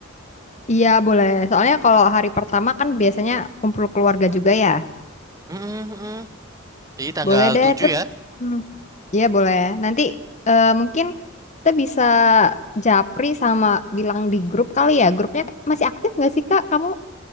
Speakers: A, on the left; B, on the right.
A: Iya, boleh. Soalnya kalau hari pertama kan biasanya kumpul keluarga juga ya.
B: Mm, mm, mm. Jadi tanggal
A: Boleh deh,
B: 7
A: terus.
B: ya.
A: Hmm. Iya, boleh. Nanti eh, mungkin kita bisa japri sama bilang di grup kali ya. Grupnya masih aktif nggak sih, Kak? Kamu